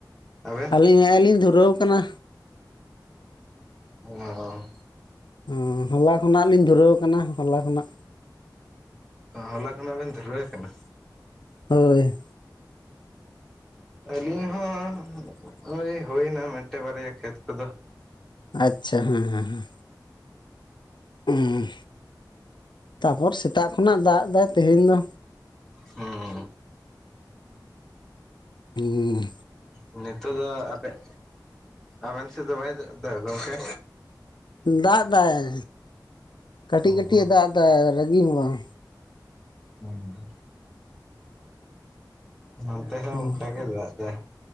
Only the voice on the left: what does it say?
ᱟᱹᱞᱤᱧ ᱱᱮᱜ-ᱮ ᱞᱤᱧ ᱫᱷᱩᱨᱟᱹᱣ ᱠᱟᱱᱟ
<unintelligible> ᱦᱚᱞᱟ ᱠᱷᱚᱱᱟᱜ ᱞᱤᱧ ᱫᱷᱩᱨᱟᱹᱣ ᱟᱠᱟᱱᱟ ᱦᱚᱞᱟ ᱠᱷᱚᱱᱟᱜ
ᱦᱳᱭ
ᱟᱪᱪᱷᱟ ᱦᱮᱸ ᱦᱮᱸ ᱦᱮᱸ ᱚᱸᱻ, ᱛᱟᱯᱚᱨ ᱥᱮᱛᱟᱜ ᱠᱷᱚᱱᱟᱜ ᱫᱟᱜ ᱫᱟᱭ ᱛᱮᱦᱮᱧ ᱫᱚ
ᱦᱩᱸᱻ
ᱫᱟᱜ ᱫᱟᱭ ᱠᱟᱹᱴᱤᱡ
ᱠᱟᱹᱴᱤᱡ ᱮ ᱫᱟᱜ ᱮᱫᱟ ᱨᱟᱹᱜᱤ ᱦᱚᱸ ᱵᱟᱝ
ᱦᱩᱸ